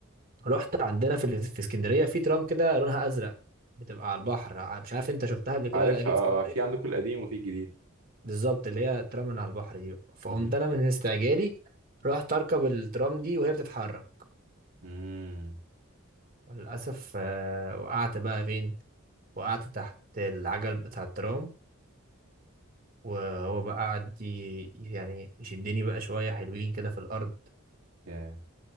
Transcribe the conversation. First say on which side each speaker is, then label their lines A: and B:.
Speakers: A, on the right; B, on the right.
A: رحت عندنا في ال- في اسكندرية في ترام كده لونها أزرق بتبقى على البحر مش عارف أنت شفتها قبل كده
B: عارفها
A: ولا جيت
B: اه
A: اسكندرية
B: آه، في عندكم القديم وفي الجديد
A: بالظبط اللي هي ترى من على البحر دي بقى فقمت
B: مهم.
A: انا من استعجالي رحت اركب الترام دي وهي بتتحرك
B: مم.
A: وللاسف آه، وقعت بقى فين وقعت تحت العجل بتاع الترام وهو بقى قعد ي- يعني يشدني بقى شويه حلوين كده في الارض
B: ياه